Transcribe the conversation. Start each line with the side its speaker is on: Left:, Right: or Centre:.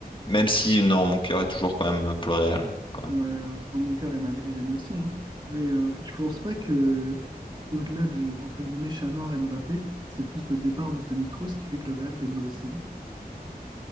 Left: même si, non, mon cœur est toujours quand même pour le Real. quand
Right: ouais.
Left: même.
Right: Moi, mon cœur est madrilène aussi, hein. Mais euh, tu penses pas que, au-delà du entre guillemets chat noir Mbappé, c'est plus le départ de Toni Kroos qui fait que le Real fait une mauvaise saison?